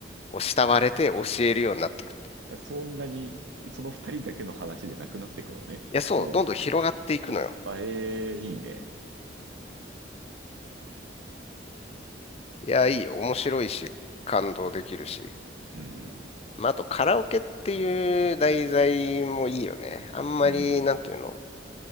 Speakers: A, on the left (about 35°); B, on the right (about 85°).
A: こう、慕われて教えるようになってくって。い
B: うん。そんなに、その二人だけの話じゃなくなっていくのね。
A: や、そう、
B: も
A: どんどん広がっていくのよ。
B: う、あ、ええいいね。
A: いや、
B: そうね
A: いいよ、面白いし、感動できるし。
B: うん。
A: まあ、あと、カラオケっていう題材もいいよね。あんまり、
B: うん。
A: なんていうの、